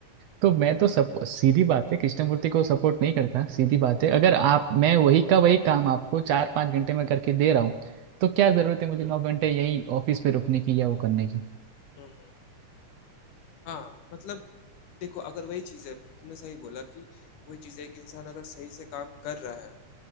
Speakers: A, on the right; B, on the left.
A: तो मैं तो सब सीधी बात है कृष्णमूर्ति को सपोर्ट नहीं करता सीधी बात है अगर आप मैं वही का वही काम आपको चार पाँच घंटे में करके दे रहा हूँ तो क्या जरूरत है मुझे नौ घंटे यही ऑफिस पे रुकने की या वो करने की
B: हम्म हम्म, हाँ मतलब देखो अगर वही चीज है तुमने सही बोला कि वही चीज है कि इंसान अगर सही से काम कर रहा है